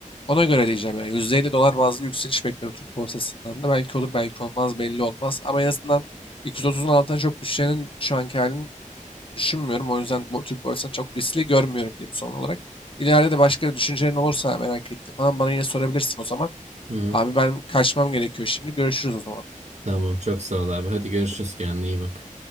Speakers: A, on the left (about 40°); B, on the right (about 55°).
A: Ona göre diyeceğim yani %50 dolar bazlı bir yükseliş bekliyorum Türk borsasından da. Belki olur belki olmaz belli olmaz. Ama en azından 230'un altına çok düşeceğinin şu anki halini düşünmüyorum. O yüzden bu Türk borsasını çok riskli görmüyorum diyeyim son olarak. İleride de başka düşüncelerin olursa merak ettim falan bana yine sorabilirsin o zaman.
B: hı.
A: Abi ben kaçmam gerekiyor şimdi. Görüşürüz o zaman.
B: Tamam çok sağ ol abi. Hadi görüşürüz kendine iyi bak.